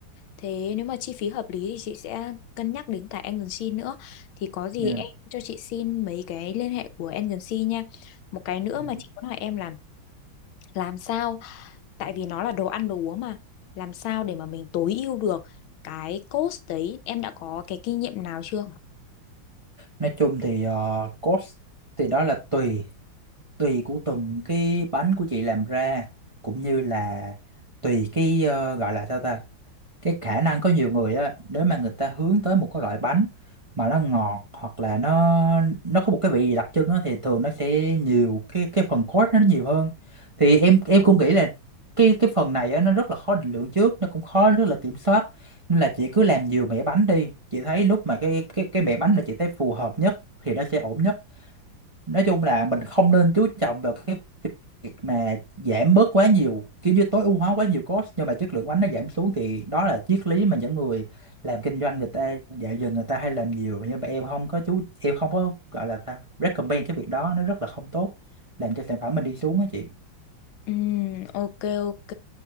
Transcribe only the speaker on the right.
nha
Ừ.
nói chung thì ờ, cost thì đó là tùy tùy của từng cái bánh của chị làm ra cũng như là tùy cái ờ, gọi là sao ta cái khả năng có nhiều người á nếu mà người ta hướng tới một cái loại bánh mà nó ngọt hoặc là nó nó có một cái vị gì đặc trưng á thì thường nó sẽ nhiều cái cái phần cốt nó nhiều hơn thì em em cũng nghĩ là cái cái phần này á nó rất là khó định lượng trước nó cũng khó rất là kiểm soát nên là chị cứ làm nhiều mẻ bánh đi chị thấy lúc mà cái cái cái mẻ bánh mà chị thấy phù hợp nhất thì nó sẽ ổn nhất nói chung là mình không nên chú trọng vào cái việc mà giảm bớt quá nhiều kiểu như tối ưu hóa quá nhiều cost nhưng mà chất lượng bánh nó giảm xuống thì đó là triết lý mà những người làm kinh doanh người ta dạo giờ người ta hay làm nhiều nhưng mà em không có chú em không có gọi là ta recommend cái việc đó nó rất là không tốt làm cho sản phẩm mình đi xuống á chị